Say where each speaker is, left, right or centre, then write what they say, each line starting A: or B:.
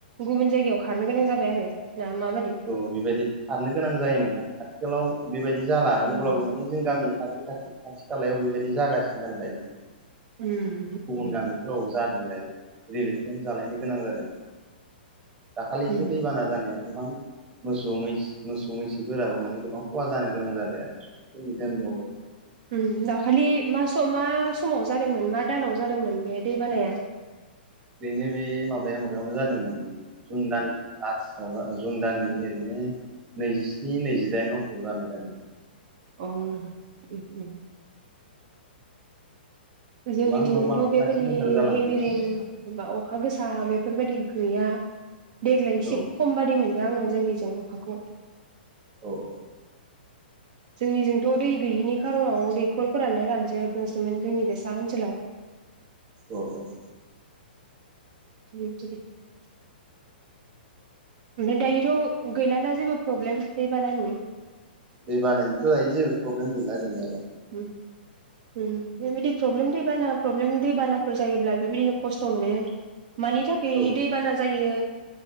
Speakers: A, on the right; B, on the right.
A: गुबुन जायगायाव खारनो गोनां जाबाय आरो ना माबादि
B: औ बेबायदि थारनो गोनां जायोमोन आरो आथिखालाव बेबायदि जाला
A: उम
B: अब्लाबो माने जों गामिनि खाथि खाथि खाथि खालायाव बेबायदि जागासिनो आरो दायो।
A: उम
B: गुबुन गामिफोराव जादों थायो रिलेसेन जालायनो गोनां जादों दाखालिसो
A: उम
B: दैबाना जानायाव गोबां मोसौ मै मोसौ मैसोफोराबो माने गोबां खहा जानो गोनां जादों आरो दोनबो
A: उम दाखालि मा सम मा समाव जादोंमोन मा दानाव जा जादोंमोन बे दै बानाया?
B: ओरैनो बे माबाया माबायावनो जादोंमोन जुन दान लासआव जुन दाननि ओरैनो नैजिस्नि नैजिदाइन अक्ट' जानाय जादों।
A: अ उम उम जोंनिथिंथ'
B: गोबां न' बांफोरा
A: बेबायदि
B: सिलिंखार जालांनो
A: हेभि
B: गोनां
A: रेन
B: जादों
A: अखा गोस बेफोरबायदि गैया देग्लाय एसे
B: औ
A: खम बादि मोन आङो जोंनिजों अखाखौ।
B: औ औ
A: जोंनिजोंथ' दै गैयिनि खार'नाव दैखरफोरानो रानजोबसोमोन जोंनि बेसे ओनसोलाव
B: औ औ
A: <unintelligible> ओमफ्राय दायोथ' गैलाना जेबो प्रब्लेम दै बानानि
B: दै बानायनोथ' दायो जेबो प्रब्लेम गैला गैनायालाय
A: उम उम बेबायदि प्रब्लेम दैबाना प्रब्लेम दैबानाफोर जायोब्ला बेबायदिनो खस्थ' मोनो मानि थाखाय
B: औ
A: दैबाना जायो?